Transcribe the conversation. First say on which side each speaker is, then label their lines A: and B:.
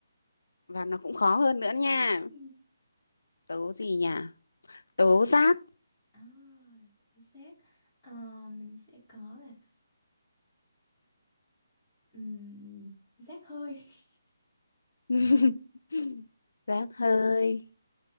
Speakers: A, on the left; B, on the left.
A: và nó cũng khó hơn nữa nha
B: Ừ.
A: tố gì nhỉ tố giác
B: À, tố giác. À, mình sẽ có là um, giác hơi, <laughs>
A: <laughs> giác hơi